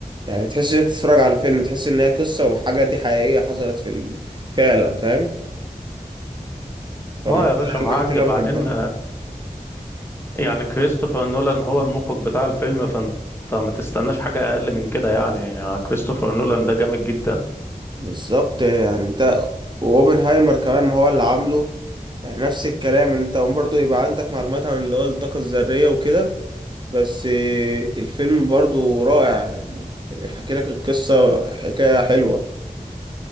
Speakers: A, on the right (about 30°); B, on the left (about 15°).
A: يعني تحس ان انت تتفرج على فيلم تحس ان هي قصة وحاجة دي حقيقية حصلت في ال... فعلا فاهم فانا
B: اه
A: دي
B: يا باشا معاك
A: الحاجات اللي
B: بعدين
A: انا بحبها
B: يعني كريستوفر نولان هو المخرج بتاع الفيلم فانت ما تستناش حاجة أقل من كده يعني كريستوفر نولان ده جامد جدا
A: بالظبط يعني ده واوبنهايمر كمان ما هو اللي عامله يعني نفس الكلام اللي انت برضه يبقى عندك معلومات عن اللي هو الطاقة الذرية وكده بس آه، الفيلم برضو رائع يعني حكي لك القصة حكاية حلوة